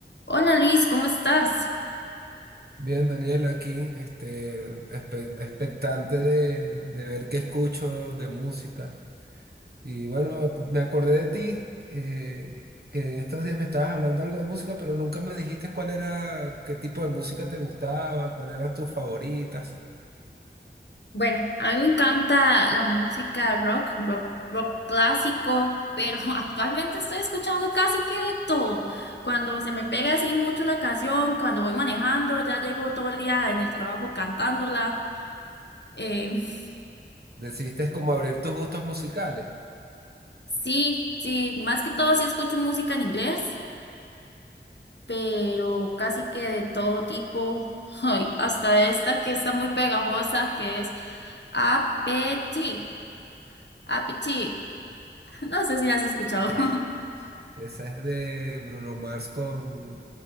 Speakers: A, on the left; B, on the right.
A: Hola Luis, ¿cómo estás?
B: Bien, Daniel, aquí, este, espe- expectante de, de ver qué escucho de música. Y bueno, me acordé de ti, eh, que en estos días me estabas hablando algo de música, pero nunca me dijiste cuál era, qué tipo de música te gustaba, cuáles eran tus favoritas.
A: Bueno, a mí me encanta la música rock, rock, rock clásico, pero <laughs> actualmente estoy escuchando casi que de todo. Cuando se me pega así mucho una canción, cuando voy manejando, ya llego todo el día en el trabajo cantándola. Eh, <laughs>
B: Decidiste como abrir tus gustos musicales.
A: sí, sí, más que todo sí escucho música en inglés, pero casi que de todo tipo. <laughs> Ay, hasta esta que está muy pegajosa, que es Appetit. Appetit. <laughs> No sé si las has escuchado.
B: Ah,
A: <laughs>
B: <laughs> Esa es de Bruno Mars con,